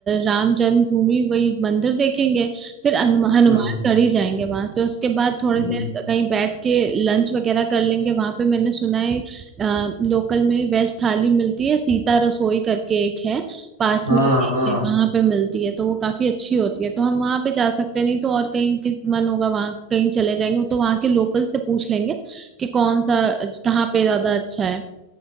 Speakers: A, on the right; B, on the right.
A: राम जन्मभूमि वही मंदिर देखेंगे फिर हनु- हनुमानगढ़ी
B: हम्म
A: जाएंगे वहां से उसके बाद थोड़ी
B: हम्म,
A: देर कहीं बैठ के लंच वगैरह कर लेंगे वहां पे मैंने सुना है लोकल में वेज थाली मिलती है सीता रसोई करके एक है पास
B: हाँ
A: में ही एक
B: हाँ
A: है वहां पे मिलती है तो वो काफी अच्छी होती है तो हम वहां पे जा सकते हैं नहीं तो और कहीं किस- मन होगा वहां कहीं चले जाएंगे वो तो वहां के लोकल से पूछ लेंगे कि कौन सा कहाँ पे ज्यादा अच्छा है